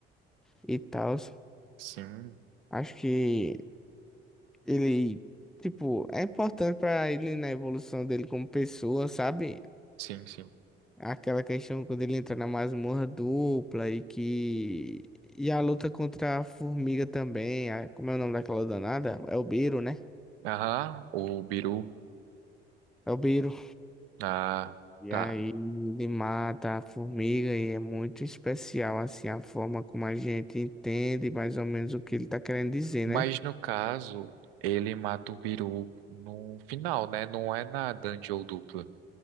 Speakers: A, in the centre; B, on the right (about 70°).
A: e tal.
B: Sim,
A: Acho que ele. Tipo, é importante pra ele na evolução dele como pessoa, sabe?
B: sim, sim.
A: Aquela questão quando ele entra na masmorra dupla e que. E a luta contra a formiga também. a- Como é o nome daquela danada? É o Beiro, né?
B: Aham, o Biru.
A: É o Beiro.
B: Ah,
A: E
B: tá.
A: aí ele mata a formiga e é muito especial, assim, a forma como a gente entende mais ou menos o que ele tá querendo dizer,
B: Mas
A: né?
B: no caso, ele mata o Biru no final, né? Não é na dungeon dupla.